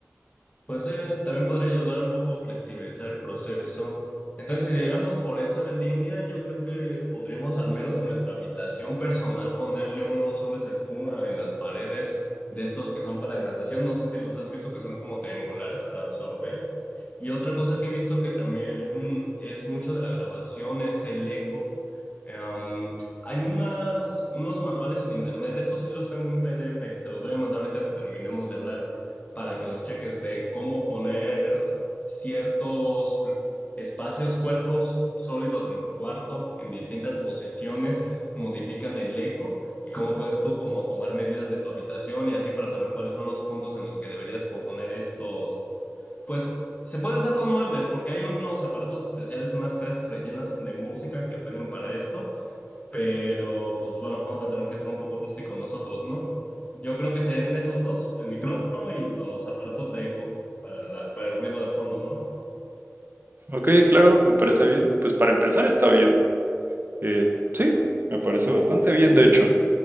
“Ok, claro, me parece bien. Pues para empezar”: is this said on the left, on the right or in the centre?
Right